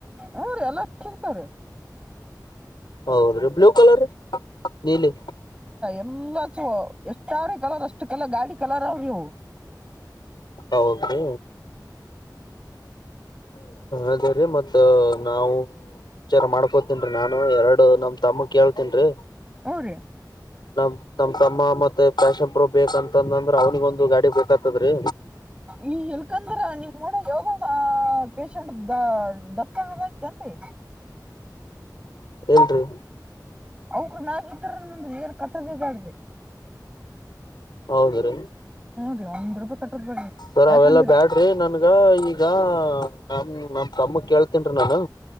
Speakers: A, on the right (about 15°); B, on the left (about 85°).
A: ಹಾ ರೀ ಎಲ್ಲಾ ಸಿಗ್ತಾರೀ
B: ಹೌದ್ರೀ ಬ್ಲೂ ಕಲರ್ ನೀಲಿ
A: ಎಲ್ಲತ್ ಎಷ್ಟಾರ ಕಲರ್ ಅಷ್ಟು ಕಲರ್ ಗಾಡಿ ಕಲರ್ ಅವ ನೀವು
B: ಹೌದು ಅದೇ ರೀ ಮತ್ ನಾವು ವಿಚಾರ ಮಾಡ್ಕೋತನ್ೀ ನಾನು ಎರಡು ನಮ್ ತಮ್ಮಕ್ ಯಾವ ನ್ರಿ
A: ಹ್ಮ್ ರೀ
B: ನಮ ನಮ ತಮ್ಮ ಮ ಪಷ ಬೇಕಂತಂದಂದ್ರ ಅವ್ನಿಿಗೆೊಂದು ಗಾಡಿ ಬೇಕತದ್ರಿ
A: ಈ ಇಲ್ಕಂದ್ರ ನಿಮ್ ನೋಡಾಗ ಯಾವ್ದನ ಪೇಶಂಟ್ ದ ಡತ್ತಗದಐ್ತನ್ರಿ
B: ಏನ್ರಿ
A: ಅವುಕೂರ್ ಮ್ಯಾಗ ಇದ್ರ ಏನ್ ಕಟ್ಟದ ಬ್ಯಾಡ್ರಿ
B: ಹೌದ್ರೀ
A: ಹ್ಮ್ ರೀ ಒಂದ್ ರೂಪಾಯಿ ಕಟ್ಟದ್ ಬ್ಯಾಡ್ರಿ
B: ಸರ್
A: ಯಾಕಂದ್ರಿ
B: ಅವೆಲ್ಲ ಬ್ಯಾಡ್ರಿ ನನ್ಗ ಈಗ ನಮ ನಮ ತಮ್ಮ ಕೇಳ್ತನ್ರಿೀ ನಾನು